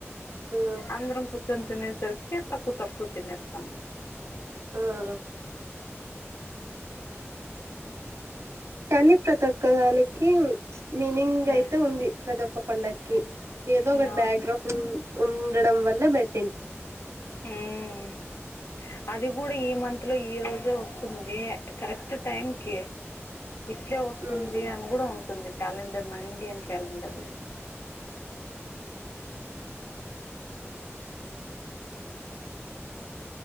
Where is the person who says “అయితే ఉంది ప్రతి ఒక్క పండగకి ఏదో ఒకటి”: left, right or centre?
Right